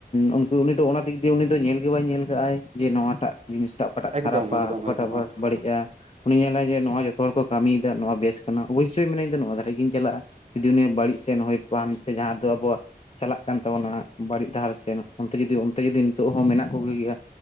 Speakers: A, on the left; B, on the right.
A: ᱩᱸ ᱩᱱᱤ ᱫᱚ ᱚᱱᱟ ᱫᱤᱠ ᱫᱤᱭᱮ ᱩᱱᱤ ᱫᱚ ᱧᱮᱞ ᱜᱮ ᱵᱟᱭ ᱧᱮᱞ ᱟᱠᱟᱜᱼᱟ᱾ ᱡᱮ ᱱᱚᱣᱟᱴᱟᱜ ᱡᱤᱱᱤᱥᱴᱟᱜ ᱚᱠᱟᱴᱟᱜ
B: ᱮᱠᱫᱚᱢ
A: ᱠᱷᱟᱨᱟᱯᱟ
B: ᱮᱠᱫᱚᱢ
A: ᱚᱠᱟᱴᱟᱜ
B: ᱮᱠᱫᱚᱢ
A: ᱵᱟᱥᱼᱵᱟᱹᱲᱤᱡᱼᱟᱼ
B: ᱟᱹᱰᱤ
A: ᱩᱱᱤ ᱧᱮᱞᱟᱭ ᱡᱮ ᱱᱚᱣᱟ ᱡᱚᱛᱚ ᱦᱚᱲ ᱠᱚ ᱠᱟᱹᱢᱤᱭᱮᱫᱟ ᱱᱚᱣᱟ ᱵᱮᱥ ᱠᱟᱱᱟ ᱚᱵᱚᱥᱥᱚᱭ ᱢᱮᱱᱟ ᱤᱧ ᱱᱚᱣᱟ ᱫᱷᱟᱨᱮ ᱜᱤᱧ ᱪᱟᱞᱟᱜᱼᱟ᱾ ᱡᱩᱫᱤ ᱩᱱᱤᱭᱟ ᱵᱟᱹᱲᱤᱡ ᱥᱮᱱ ᱦᱩᱭ ᱠᱚᱜᱼᱟ, ᱦᱟᱱᱛᱮ ᱡᱟᱦᱟᱸ ᱫᱚ ᱟᱵᱚᱣᱟᱜᱼᱼ ᱪᱟᱞᱟᱜ ᱠᱟᱱ ᱛᱟᱵᱚᱱᱟ ᱵᱟᱹᱲᱤᱡ ᱰᱟᱦᱟᱨ ᱥᱮᱱ, ᱚᱱᱛᱮ ᱡᱩᱫᱤ ᱚᱱᱛᱮ ᱡᱩᱫᱤ ᱱᱤᱛᱚᱜ ᱦᱚᱸ ᱢᱮᱱᱟᱜ ᱠᱚᱜᱮ ᱜᱮᱭᱟ᱾